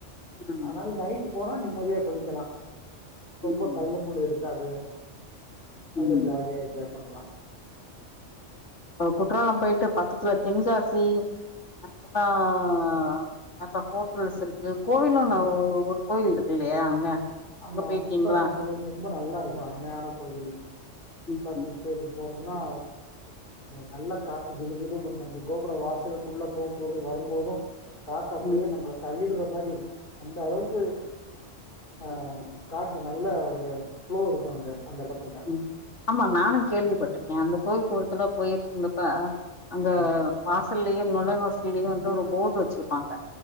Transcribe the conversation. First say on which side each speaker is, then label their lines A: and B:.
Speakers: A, on the left; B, on the left.
A: ம்
B: ஆனால் நைட்டு போனா நிம்மதியா குளிக்கலா ரொம்ப
A: ம்
B: தள்ளமுள்ளு இருக்காது
A: ம்
B: நல்லா ஜாலியா என்ஜாய் பண்லா
A: குற்றாலம் போயிட்டு பக்கத்துல தென்காசி <unintelligible> நல்ல ஹோட்டல்ஸ் இருக்கு கோவிலு ஒரு கோயில் இருக்கு இல்லையா அங்க
B: ஆமா
A: அங்க போயிருக்கீங்களா
B: தென்காசி கோயில் ரொம்ப நல்லா இருக்கு அருமையான கோவில் தென்காசி
A: ம்
B: கோயிலுக் போறோம்னா நல்ல காத்து ஜிலு ஜிலு அந்த கோபுரம் வாசலுக்குள்ள போம்போது வரும்போது காத்து அப்டியே
A: ம்
B: நம்ள தள்ளிவிட்ற மாரி இருக் அந்த அளவுக்கு ஆ காற்று நல்லா ஒரு ஃப்லோ இருக்கு அங்க அந்த எடத்துல
A: ம் ஆமா நானு கேள்விப்பட்டிருக்கே அந்த கோவில்க்கூடத்துல போயிருக்கங்கப்ப அங்க
B: ம்
A: வாசல்லேயே நுழை வாசல்லேயே வந்து ஒரு போர்டு வெச்சிருப்பாங்க